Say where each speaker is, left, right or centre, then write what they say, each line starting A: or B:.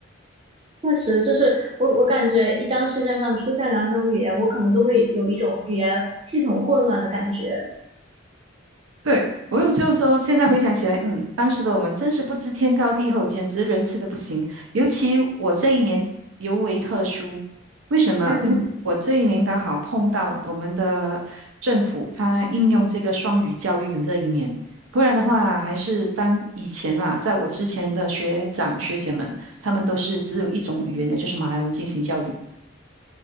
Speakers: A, on the right; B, on the right.
A: 确实，就是我，我感觉一张试卷上出现两种语言，我可能都会有一种语言系统混乱的感觉。
B: 对，我有就是说，现在回想起来，嗯，当时的我们真是不知天高地厚，简直仁慈的不行。尤其我这一年尤为特殊，为什么？
A: 嗯，
B: 因为我这一年刚好碰到我们的政府，它应用这个双语教育的那一年，不然的话，还是当以前啊，在我之前的学长学姐们，他们都是只有一种语言，也就是马来文进行教育。